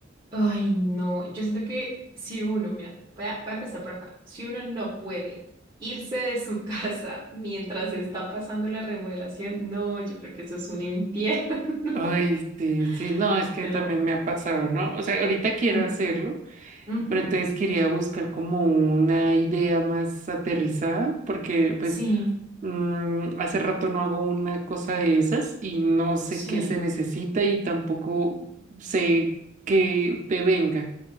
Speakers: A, on the right (about 20°); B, on the right (about 40°).
A: Ay, no, yo siento que si uno, mira, voy a, voy a empezar por acá, si uno no puede irse de su <laughs> casa mientras está pasando la remodelación, no, yo creo que eso es un infierno,
B: Ay,
A: <laughs>
B: sí, sí, no, es que
A: te
B: también
A: lo juro.
B: me ha pasado, ¿no? O sea, ahorita quiero
A: Mm,
B: hacerlo,
A: ujú.
B: pero entonces quería buscar como una idea más aterrizada, porque pues
A: Sí,
B: mm, hace rato no hago una cosa de esas y no sé
A: sí,
B: qué se necesita y tampoco sé qué te venga.